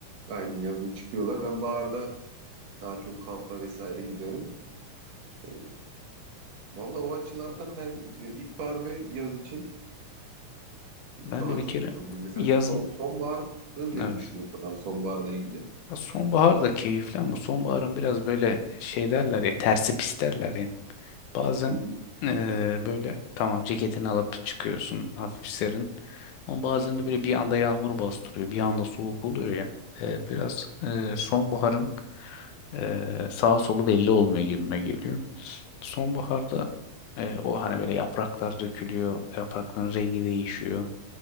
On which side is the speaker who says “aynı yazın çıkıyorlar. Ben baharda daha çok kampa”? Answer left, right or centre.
Right